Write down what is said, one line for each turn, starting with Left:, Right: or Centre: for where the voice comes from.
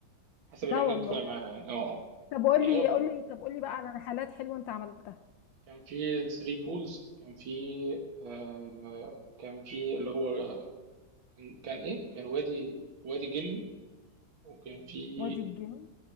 Right: حسب الرحله
Left: لا والله
Right: اللي انت طالع معاها يعني اه آه.
Left: طب قولي
Right: يعني هو ب-
Left: قولي طب قولي بقى على رحلات حلوة أنت عملتها
Right: كان في 3 بولز كان في آه كان في اللي هو كان, كان ايه كان وادي وادي جني وكان في
Left: وادي الجن